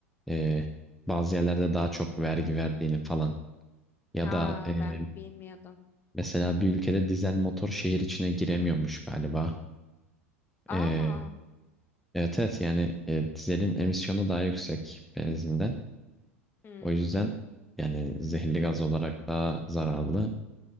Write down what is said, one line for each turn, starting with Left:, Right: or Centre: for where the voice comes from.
Centre: e, bazı yerlerde daha çok vergi verdiğini falan. Ya
Left: Aa,
Centre: da e,
Left: ben bilmiyordum.
Centre: mesela bir ülkede dizel motor şehir içine giremiyormuş galiba.
Left: Aa.
Centre: E, evet evet yani e, dizelin emisyonu daha yüksek benzinden.
Left: Hmm.
Centre: O yüzden yani zehirli gaz olarak daha zararlı.